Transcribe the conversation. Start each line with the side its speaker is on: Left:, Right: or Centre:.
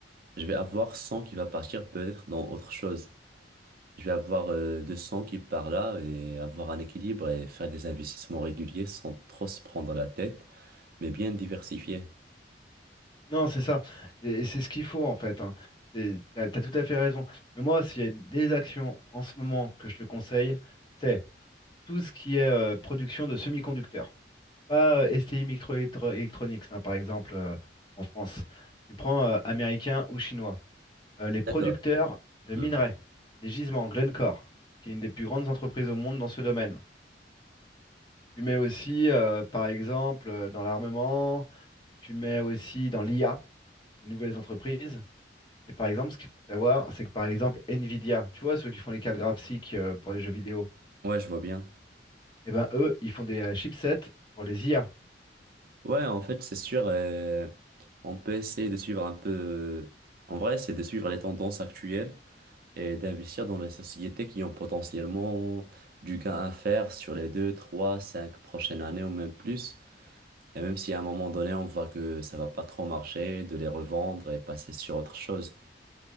Right: Je vais avoir 100 qui va partir peut-être dans autre chose. Je vais avoir euh, 200 qui part là et avoir un équilibre et faire des investissements réguliers sans trop se prendre la tête, mais bien diversifiés.
Left: Non, c'est ça. Et, et c'est ce qu'il faut, en fait. Hein. C'est- T'as, t'as tout à fait raison. Mais moi, s'il y a des actions en ce moment que je te conseille, c'est tout ce qui est euh, production de semi-conducteurs. Pas euh, STI Microelectronics, hein, par exemple, euh, en France. Tu prends euh, américain ou chinois. Euh, les producteurs
Right: D'accord.
Left: de
Right: Mhm.
Left: minerais, les gisements, Glencore, qui est une des plus grandes entreprises au monde dans ce domaine. Tu mets aussi, euh, par exemple, euh, dans l'armement, tu mets aussi dans l'IA, les nouvelles entreprises. Et par exemple, ce qu'il faut savoir, c'est que par exemple, Nvidia, tu vois, ceux qui font les cartes graphiques euh, pour les jeux vidéo,
Right: Ouais, je vois bien.
Left: eh ben eux, ils font des euh, chipsets pour les IA.
Right: Ouais, en fait, c'est sûr, euh, on peut essayer de suivre un peu... En vrai, c'est de suivre les tendances actuelles et d'investir dans les sociétés qui ont potentiellement du gain à faire sur les deux, trois, cinq prochaines années ou même plus. Et même si à un moment donné, on voit que ça va pas trop marcher, de les revendre et passer sur autre chose.